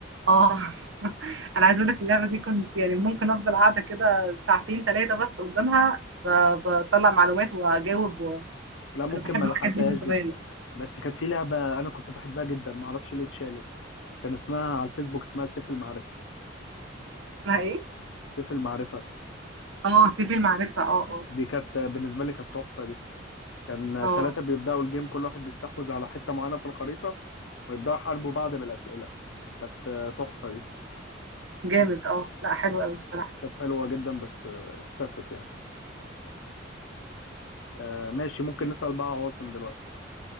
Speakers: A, on the right; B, on the left.
A: اه <laughs> انا عايز اقول لك اللعبه دي كنت يعني ممكن افضل قاعده كده ساعتين ثلاثه بس قدامها ب- بطلع معلومات واجاوب و...
B: لا ممكن
A: انا بحب
B: ما
A: الحاجات
B: لحقتهاش
A: دي من زمان
B: دي بس كانت في لعبة أنا كنت بحبها جدا ما أعرفش ليه اتشالت كان اسمها على الفيسبوك اسمها سيف المعرفة
A: اسمها ايه
B: سيف المعرفة
A: اه سيف المعرفه اه اه
B: دي كانت بالنسبة لي كانت تحفة دي كان
A: اه
B: ثلاثة بيبدأوا الجيم كل واحد بيستحوذ على حتة معينة في الخريطة ويبدأوا يحاربوا بعض بالأسئلة كانت آه، تحفة دي
A: جامد اه لا حلو قوي الصراحه
B: كانت حلوة جدا بس آه، اختفت يعني آه، ماشي ممكن نسأل بقى عواصم دلوقتي